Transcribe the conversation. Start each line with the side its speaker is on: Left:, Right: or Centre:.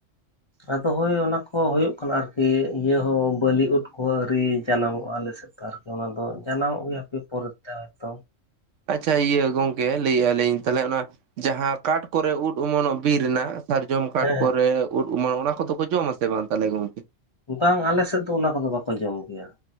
Left: ᱟᱫᱚ ᱦᱳᱭ ᱚᱱᱟ ᱠᱚ ᱦᱩᱭᱩᱜ ᱠᱟᱱᱟ ᱟᱨᱠᱤ ᱤᱭᱟᱹ ᱦᱚᱸ ᱵᱟᱹᱞᱤ ᱩᱫ ᱠᱚᱦᱚᱸ ᱟᱹᱣᱨᱤ ᱡᱟᱱᱟᱢᱚᱜᱼᱟ ᱟᱞᱮ ᱥᱮᱫ ᱛᱟᱨᱯᱚᱨ ᱟᱫᱚ ᱡᱟᱱᱟᱢᱚᱜ ᱜᱮᱭᱟ ᱦᱟᱯᱮ ᱯᱚᱨᱮᱛᱮ ᱟᱫᱚ
Right: ᱟᱪᱷᱟ ᱤᱭᱟᱹ ᱜᱚᱝᱠᱮ ᱞᱟᱹᱭᱮᱫᱴᱜᱼᱟ ᱞᱤᱧ ᱛᱟᱦᱞᱮ ᱚᱱᱟ ᱡᱟᱦᱟᱸ ᱠᱟᱴ ᱠᱚᱨᱮ ᱩᱫ ᱚᱢᱚᱱᱚᱜ ᱵᱤᱨ ᱨᱮᱱᱟᱜ ᱥᱟᱨᱡᱚᱢ ᱠᱟᱴ
Left: ᱦᱮᱸ
Right: ᱠᱚᱨᱮ
Left: ᱦᱮᱸ
Right: ᱩᱫ ᱚᱢᱚᱱᱚᱜ ᱚᱱᱟ ᱠᱚᱫᱚ ᱠᱚ ᱡᱚᱢᱟ ᱥᱮ ᱵᱟᱝ ᱛᱟᱦᱞᱮ ᱜᱚᱝᱠᱮ
Left: ᱵᱟᱝ ᱟᱞᱮ ᱥᱮᱫ ᱫᱚ ᱚᱱᱟ ᱠᱚᱫᱚ ᱵᱟᱠᱚ ᱡᱚᱢ ᱜᱮᱭᱟ